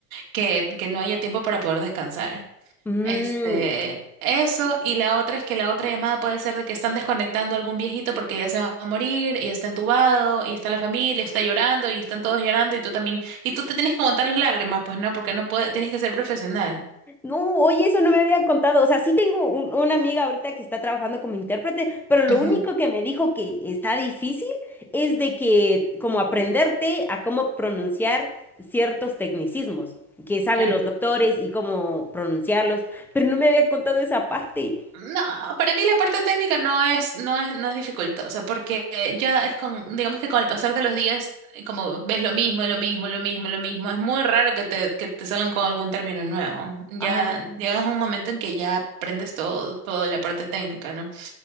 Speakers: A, on the right; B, in the centre.
A: que, que no haya tiempo para poder descansar.
B: Mm.
A: Este, eso, y la otra es que la otra llamada puede ser de que están desconectando a algún viejito porque ya se va a morir, y está entubado, y está la familia, está llorando, y están todos llorando, y tú también, y tú te tienes que aguantar las lágrimas, pues no, porque no puedes, tienes que ser profesional.
B: No, oye, eso no me habían contado. O sea, sí tengo un- una amiga ahorita que está trabajando como intérprete, pero lo
A: Ujú,
B: único que me dijo que está difícil es de que como aprenderte a cómo pronunciar ciertos tecnicismos que saben
A: claro.
B: los doctores y cómo pronunciarlos, pero no me habían contado esa parte.
A: No, para mí la parte técnica no es, no es, no es dificultosa, porque eh, ya es con, digamos que con el pasar de los días, eh, como ves lo mismo, lo mismo, lo mismo, lo mismo, es muy raro que te, que te salgan con algún término nuevo. Ya
B: Ah,
A: llegas a un momento en que ya aprendes todo, toda la parte técnica, ¿no?